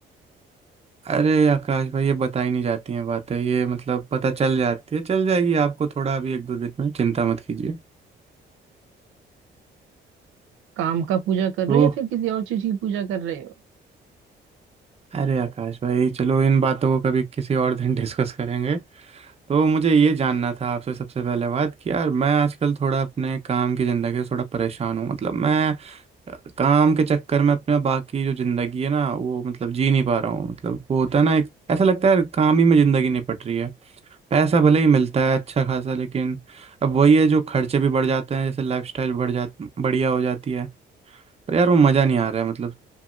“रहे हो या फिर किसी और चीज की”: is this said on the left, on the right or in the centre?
Right